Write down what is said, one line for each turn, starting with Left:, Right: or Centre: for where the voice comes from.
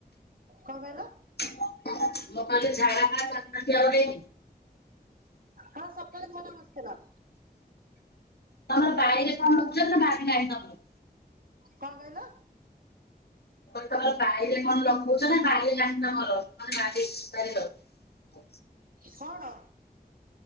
Right: କଣ କହିଲ?
Left: ମୁଁ କହିଲି ଝାଡା ଫଡ଼ା କରିନାହାନ୍ତି ଆଉରି।
Right: ହଁ ସକାଳେ ମୋ ମାମୁଁ ଆସିଥିଲା।
Left: ତମର ବାଇରେ କଣ କରିଚ ନା ବାରି ନାହିଁ ତମର?
Right: କଣ କହିଲ?
Left: ମୁଁ କହିଲି ତମର ବାଇରେ କଣ ଲଗୋଉଚ ନା ବାରି ନାହିଁ ତମର ହଁ ଲାଗିଚି ବାଇଗଣ। ହ
Right: କଣ?